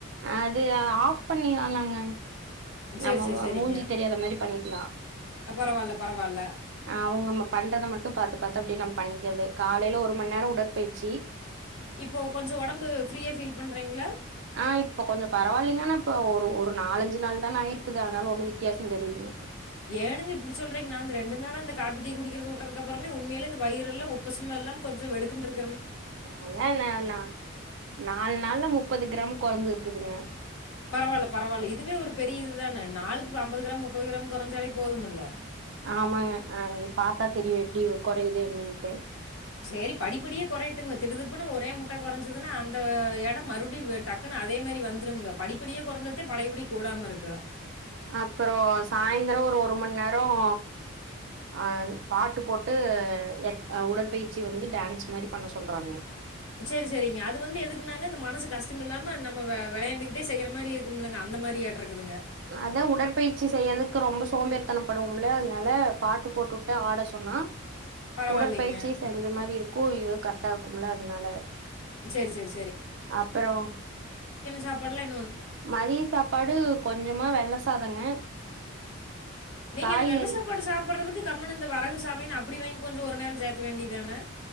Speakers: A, on the right (about 60°); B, on the left (about 80°).
A: அது ஆஃப் பண்ணிறுவோ நாங்க
B: சரி,
A: நம்ம
B: சரி,
A: ஓ
B: சரிங்க.
A: மூஞ்சி தெரியாத மாதிரி பண்ணிக்கலாம்
B: பரவால்ல, பரவால்ல.
A: ஆஹ் அவுங்க நம்ம பண்றத மட் வப் பார்த்து பார்த்து அப்பிடியே நம் பண்ணிக்க வேண்டியது காலையில ஒரு மணி நேரம் உடற்பயிற்சி
B: இப்போ கொஞ்சம் ஒடம்பு ஃப்ரீயா ஃபீல் பண்றீங்களா
A: ஆஹ் இப்ப கொஞ்சம பரவாயில்லைங்க ஆனா இப்ப ஒரு ஒரு நாலஞ்சு நாள் தான ஆயிருக்குது அதனால ஒண்ணும் வித்தியாசம் தெரியிலங்க
B: ஏனுங்க இப்பிடி சொல்றீங்க நா இந்த ரெண்டு நாளா இந்த காஃபி. டீ குடிக்கிறது விட்டதுக்கப்புறந்தே உண்மையிலே இந்த வயிறெல்லா உப்புசமா இல்லாம் கொஞ்சோ வெடுக்குன்ருக்
A: அதான்னே நா நாலு நாள்ல முப்பது கிராம் கொறஞ்சது ருக்குதுங்க
B: பரவாயில்ல பரவாயில்ல இதுவே ஒரு பெரிய இதுதானே நாளுக்கு அம்பது கிராம் முப்பது கிராம் கொறஞ்சாலே போதுமில்ல
A: ஆமாங்க அஹ் இத் பார்த்தா தெரியு எப்பிடி கொறையுது என்னன்ட்டு
B: சேரி படிப்படியே கொறையட்டுங்க திருதுப்புன்னு ஒரே முட்டா கொறஞ்சதுன்னா அந்த எடம் மறுடியும் டக்குன்னு அதே மாதிரி வந்துரும்ங்க படிப்படியே கொறைஞ்சாத்தே பழையபடி கூடாம இருக்கும்
A: அப்புறம் சாயந்தரம் ஒரு ஒரு மண்ணேரம் அஹ் பாட்டு போட்டு எ உடற்பயிற்சி வந்து டான்ஸ் மாதிரி பண்ண சொல்றாங்க
B: சேரி சேரிங்க அது வந்து எதுக்குன்னாங்க அந்த மனசு கஷ்டம் இல்லாம நம்ம வெளையாண்டுக்கிட்டே செய்யிற மாதிரி இருக்கும்லங்க அந்த மாதிரி ஆட்றதுக்குங்க
A: அதா உடற்பயிற்சி செய்யிறக்கு ரொம்ப சோம்பேரித்தனப்படுவோம்ல அதனால பாட்டு போட்டுட்டு ஆட சொன்னா
B: பரவால்லைங்க.
A: உடற்பயிற்சியு செஞ்ச மாதிரி இருக்கும் இது கரெக்டா இருக்கும்ல அதனால
B: சரி, சரி,
A: அப்புறோ
B: சாப்பாடுல்லா எ
A: மதிய சாப்பாடு கொஞ்சமா வெள்ள சாதங்க
B: நீங்க
A: காய்கறி
B: அந்த வெள்ளை சாப்பாடு சாப்பிடுறதுக்கு கம்மன் இந்த வரகு சாமின்னு அப்படி வாங்கி கொஞ்சம் ஒரு நேரம் சேர்த்த வேண்டியதானே